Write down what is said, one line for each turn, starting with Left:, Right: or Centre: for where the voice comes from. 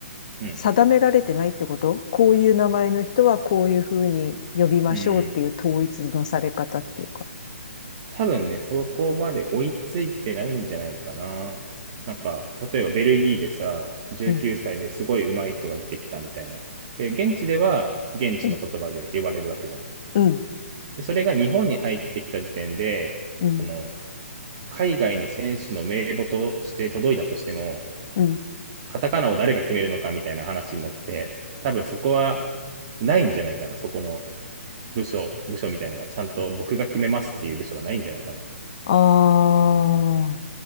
Right: うん。
Left: 定められてないってことこういう名前の人はこういうふうに呼びましょうっていう統一のされ方っていうか。
Right: うん多分ね、そこまで追いついてないんじゃないかな。なんか、例えばベルギーでさ、19歳ですごい上手い人が出てきたみたいな。
Left: うん、
Right: で、現地では現地の言葉で呼ばれるわけじゃん。
Left: うん、うん、
Right: で、それが日本に入ってきた時点で、
Left: うん、
Right: その、海外の選手の名簿として届いたとしても、
Left: うん。
Right: カタカナを誰が決めるのかみたいな話になって、多分そこはないんじゃないかな。そこの部署、部署みたいなのが、ちゃんと僕が決めますっていう部署がないんじゃないかな。
Left: ああ、